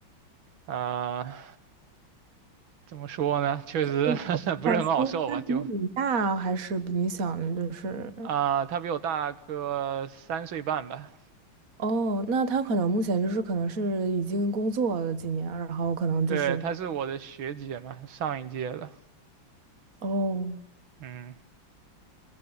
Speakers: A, on the right (about 85°); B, on the right (about 45°).
A: 啊、呃怎么说呢？确实
B: 嗯想说他比你大还是比你小呢？
A: <laughs> 不是很好受吧？就
B: 就是，
A: 啊、他比我大个三岁半吧。
B: 哦，那他可能目前就是可能是已经工作了几年，然后可能就是，
A: 对，她是我的学姐嘛，上一届的。
B: 哦，
A: 嗯，